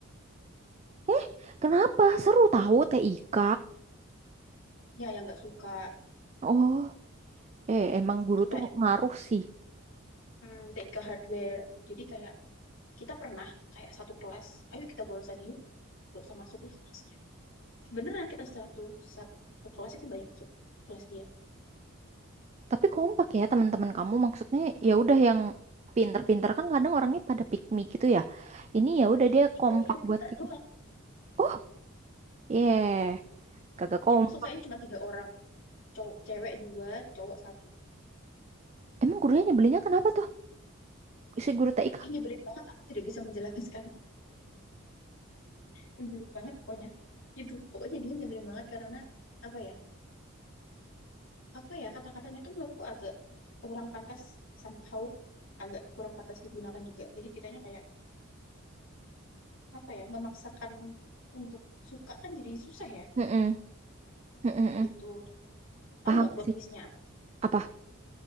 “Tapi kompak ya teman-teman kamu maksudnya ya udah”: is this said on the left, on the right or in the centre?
Right